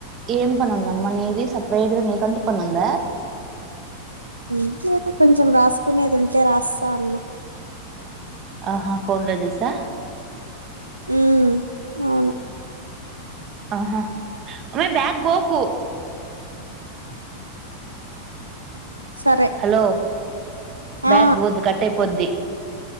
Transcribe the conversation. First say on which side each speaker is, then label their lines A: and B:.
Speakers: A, on the right; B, on the right.
A: ఏం పనుంద అమ్మా నీది సపరేట్గా నీ కంటు పనుంద
B: ఎం లేదో కొంచెం రాసుకునేది ఉంటే రాస్తా అన్న
A: ఆహా ఫోన్ లో చూసా
B: ఉ అవును
A: ఆహా మె బ్యాక్ పోకు
B: సరే
A: హలో బ్యాగ్
B: ఆ
A: పోద్ కట్ అయిపోద్ది